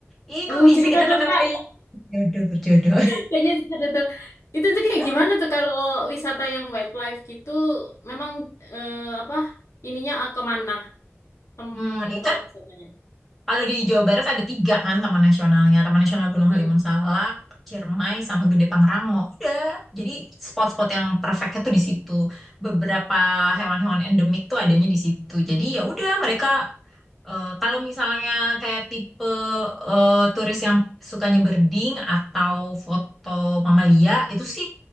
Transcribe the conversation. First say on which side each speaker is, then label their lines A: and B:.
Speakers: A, in the centre; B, on the left.
A: Ih, kok
B: oh
A: bisa
B: cerita
A: kita
B: dong
A: ketemu
B: kak
A: ya? Jodoh berjodoh.
B: Kayaknya seru tuh. Itu tuh kayak
A: <laughs>
B: gimana tuh kalau wisata yang wildlife gitu, memang eh, apa ininya ah, kemana tem
A: Hmm, itu
B: tempat wisatanya?
A: Kalau di Jawa Barat ada tiga kan taman nasionalnya. Taman Nasional Gunung
B: Hmm.
A: Halimun Salak, Ciremai, sama Gede Pangrango. Udah. Jadi spot-spot yang perfectnya tuh di situ. Beberapa hewan-hewan endemik tuh adanya di situ. Jadi ya udah mereka Eh, kalau misalnya kayak tipe eh, turis yang sukanya berding atau foto mamalia itu sih